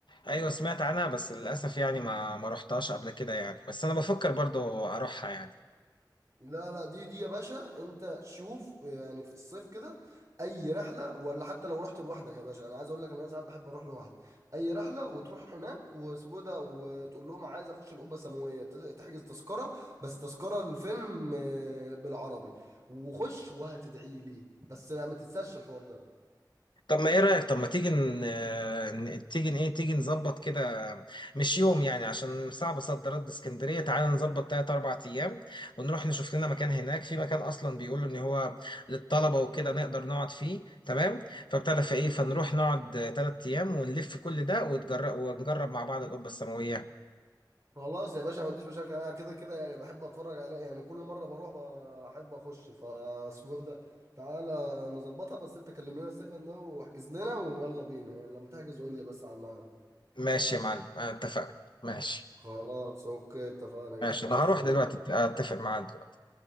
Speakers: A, on the left; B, on the right.
A: ايوه سمعت عنها بس للاسف يعني ما ما رحتهاش قبل كده يعني بس انا بفكر برضو اروحها يعني
B: لا لا دي دي يا باشا انت شوف يعني في الصيف كده اي رحله ولا حتى لو رحت لوحدك يا باشا انا عايز اقول لك ان انا ساعات بحب اروح لوحدي اي رحله وتروح هناك وسوده وتقول لهم عايز اخش القبه السماويه ت- تحجز تذكره بس تذكره الفيلم آه، بالعربي وخش وهتدعي لي بس ما تنساش الحوار ده
A: طب ما ايه رأيك طب ما تيجي ن... آه، ن- تيجي ن- ايه تيجي نظبط كده مش يوم يعني عشان صعب صد رد اسكندرية تعالى نظبط تلات أربع أيام ونروح نشوف لنا مكان هناك في مكان أصلا بيقولوا إن هو للطلبة وكده نقدر نقعد فيه تمام فابتدى في ايه فنروح نقعد تلات أيام ونلف كل ده وتجرب ونجرب مع بعض القبة السماوية
B: خلاص يا باشا ما عنديش مشاكل انا كده كده يعني بحب اتفرج عليه يعني كل مره بروح بحب اخش فاسمه ده تعالى نظبطها بس انت كلم لنا السكن ده واحجز لنا ويلا بينا يعني لما تحجز قول لي بس على الميعاد
A: ماشي يا معلم أنا اتفقنا ماشي
B: خلاص اوكي اتفقنا جدا
A: ماشي أنا هروح
B: هستناك
A: دلوقتي أت- أتفق معاك دلوقتي